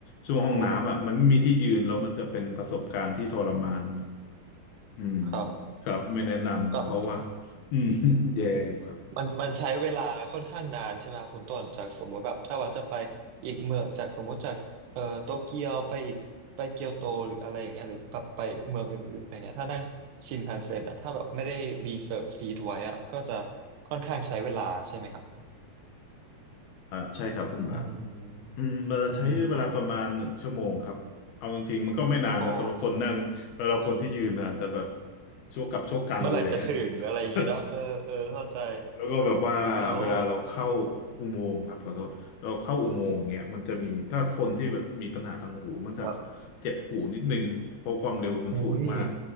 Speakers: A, on the left; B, on the right.
A: ช่วงห้องน้ำอ่ะมันไม่มีที่ยืนแล้วมันจะเป็นประสบการณ์ที่ทรมาน
B: โอ้
A: อืม
B: ครับ
A: ครับไม่แนะนำเพราะว่า
B: แบบ
A: อืม <laughs> แย่อยู่ครับ
B: มันมันใช้เวลาค่อนข้างนานใช่ไหมครับคุณต้นจากสมมติแบบถ้าว่าจะไปอีกเมืองจากสมมติจากเอ่อโตเกียวไปอีกไปเกียวโตหรืออะไรอย่างเงี้ยหรือแบบไปเมืองอื่นๆอะไรเงี้ยถ้านั่งชินคันเซ็นอ่ะถ้าแบบไม่ได้รีเซิร์ฟซีทไว้อ่ะก็จะค่อนข้างใช้เวลาใช่ไหมครับ
A: อ่าใช่ครับคุณบาท
B: อืมอืม
A: อืมเราใช้เวลาประมาณหนึ่งชั่วโมงครับเอาจริงๆมันก็ไม่นานนะสำหรับคนนั่งสำหรับคนที่ยืนนะอาจจะแบบ
B: อ๋อ
A: ชั่วกับชั่วกันอะไรเงี้ย
B: เมื่อไหร่จะถึงอะไรอย่างเงี้ยเนาะเออเออเข้าใจ
A: <laughs> แล้วก็แบบว่าเวลาเราเข้า
B: แล้ว
A: อุโมงค์ครับขอโทษเราเข้าอุโมงค์เนี่ยมันจะมีถ้าคนที่แบบมีปัญหาทางหูมันจะ
B: ครับ
A: เจ็บหูนิดนึงเพราะความเร็วมันสูงมาก
B: อุ้ย